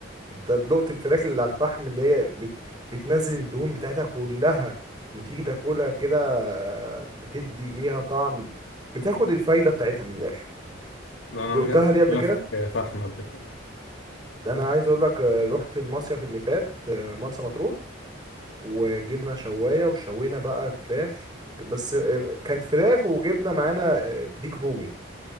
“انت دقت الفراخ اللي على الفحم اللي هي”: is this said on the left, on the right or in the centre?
Right